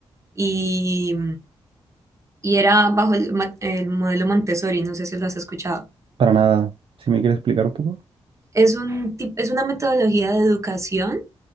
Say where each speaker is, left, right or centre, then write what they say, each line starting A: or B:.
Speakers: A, on the right; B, on the right.
A: y, y era bajo el, ma- el modelo Montessori, no sé si lo has escuchado.
B: Para nada. Si me quieres explicar un poco.
A: Es un, tip- es una metodología de educación